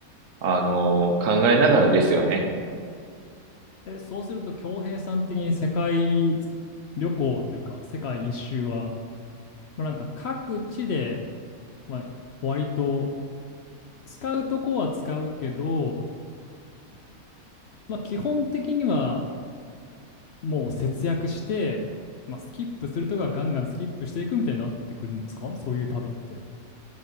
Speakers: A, on the right (about 65°); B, on the left (about 60°).
A: う、あのー考えながらですよね。
B: うん。え、そうすると、恭平さん的に世界旅行というか、世界一周は、まあ、なんか各地で、まあ、割と使うとこは使うけど、まあ、基本的にはもう節約して、まあ、スキップするとこはガンガンスキップしていくみたいになってくるんですかそういう旅って。